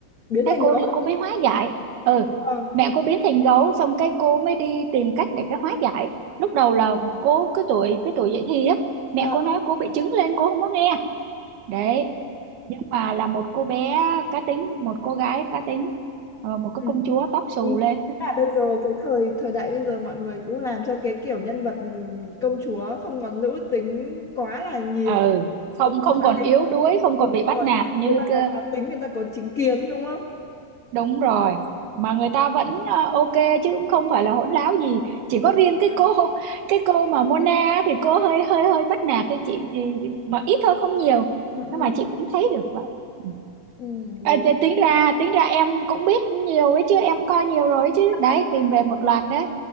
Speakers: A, on the left (about 40°); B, on the right (about 85°).
A: biến
B: thế
A: thành
B: cô
A: gấu.
B: đi cô mới hóa giải ừ
A: Vâng,
B: mẹ cô biến thành gấu xong cái cô mới đi tìm cách để cái hóa giải lúc đầu là cô cái tuổi cái tuổi dậy thì á mẹ
A: vâng.
B: cô nói cô bị trứng lên cô không có nghe đấy nhưng mà là một cô bé cá tính một cô gái cá tính ờ, một cái
A: Ừ.
B: công chúa tóc xù
A: Ừ,
B: lên
A: là bây giờ cái thời thời đại bây giờ mọi người cũng làm cho cái kiểu nhân vật công chúa không còn nữ tính quá là nhiều
B: ừ không
A: cũng
B: không
A: tức là
B: còn
A: cái
B: yếu đuối không còn
A: đúng
B: bị bắt
A: rồi
B: nạt như
A: người ta
B: cơ
A: có cá tính người ta có chính kiến đúng không
B: đúng rồi mà người ta vẫn ờ, ok chứ cũng không phải là hỗn láo gì chỉ có
A: Đúng
B: riêng cái
A: rồi.
B: cô cái cô mà Mona á, thì cô hơi hơi hơi bắt nạt thì chị thì, mà ít thôi không nhiều
A: ừ, ừ,
B: nhưng mà chị cũng thấy được vậy Ừ.
A: ừ, đúng
B: thế tính ra tính ra em cũng biết nhiều ấy chứ em coi nhiều rồi ấy chứ đấy
A: em
B: tìm về một loạt đấy